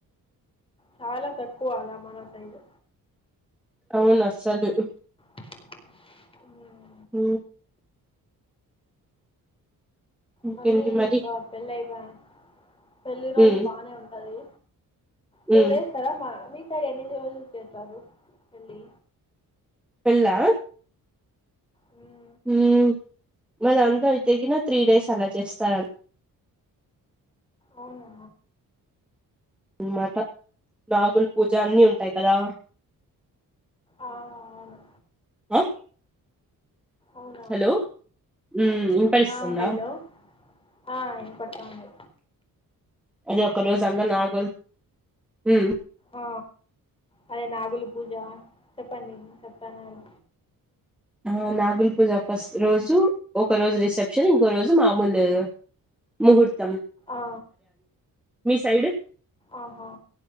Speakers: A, on the left (about 15°); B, in the centre.
A: చాలా తక్కువ అలా మన సైడ్
B: అవును అస్సలు
A: ఉ
B: ఉ ఇంకేంటి
A: మళ్ళీ
B: మరి
A: ఇంకా పెళ్లి అయిప్య పెళ్లిి రోజు
B: ఉమ్
A: బానే ఉంటది టూ
B: ఉమ్
A: డేస్ కదా మా మీ సైడ్ ఎన్ని రోజులు చేస్తారు పెళ్ళి.
B: పెళ్లా
A: ఉ
B: ఉ మాది అంతా అయితేగినా త్రీ డేస్ అలా చేస్తార
A: అవునా
B: అనమాట నాగుల పూజ అన్ని ఉంటాయి కదా
A: ఆ! అవును.
B: ఆ
A: అవునవును
B: హలో ఉమ్ వినపడిస్తుందా
A: ఆ హలో ఆ వినపడతాంది
B: అదే ఒక రోజు అంతా నాగుల్ ఉ
A: ఆ అదే నాగులు పూజ చెప్పండి ఏమో చెప్తాన్నారు.
B: ఆ నాగుల్ పూజ ఫస్ట్ రోజు ఒక రోజు రిసెప్షన్ ఇంకో రోజు మామూలు ముహూర్త్
A: ఆ
B: సైడ్
A: ఆహా